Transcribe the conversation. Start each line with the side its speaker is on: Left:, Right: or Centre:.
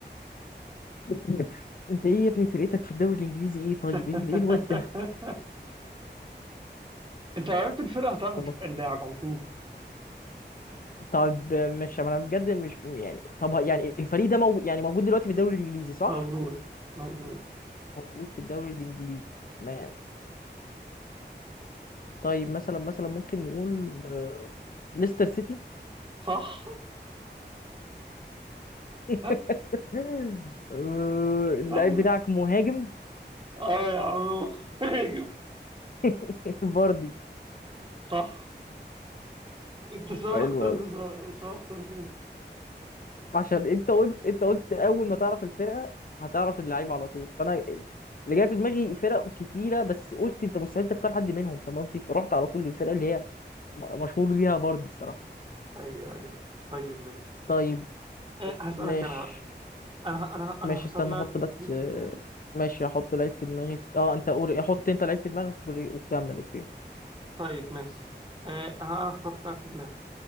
Left: <laughs> انت ايه يا ابني فرقتك في الدوري الانجليزي ايه طيب
Right: <laughs>
Left: ايه إيه الواد
Right: أنت لو عرفت الفرقة هتعرف
Left: ده
Right: اللاعب على طول
Left: طب مش ما انا بجد مش يعني طب يعني الفريق ده موجود يعني موجود دلوقتي في الدوري الانجليزي صح؟
Right: موجود موجود
Left: موجود في الدوري الانجليزي تمام طيب مثلا مثلا ممكن نقول آه، ليستر سيتي
Right: صح
Left: <laughs>
Right: بس
Left: آه،
Right: سهلة
Left: اللعيب بتاعك مهاجم
Right: آه يا عمو <laughs> هاجم
Left: <laughs> فاردي
Right: صح أنت شو
Left: حلو
Right: اخترت
Left: قوي
Right: ده شو اخترت ده
Left: عشان انت قلت انت قلت اول ما تعرف الفرقه هتعرف اللعيب على طول فانا اللي جاي في دماغي فرق كتيره بس قلت انت مستحيل تختار حد منهم فاهم قصدي فرحت على طول للفرقه اللي هي م- مشهور بيها فاردي الصراحه
Right: أيوه أيوه طيب ماشي
Left: طيب
Right: إيه هسألك
Left: ماشي
Right: أنا بقى أنا أنا
Left: ماشي
Right: أنا هختار
Left: استنى
Right: لاعب
Left: احط بس
Right: جديد
Left: آه،
Right: في دماغي
Left: ماشي احط لعيب في دماغي اه انت قول احط انت لعيب في دماغك وري- وكمل اوكي
Right: طيب ماشي إيه أنا أنا اخترت لاعب في دماغي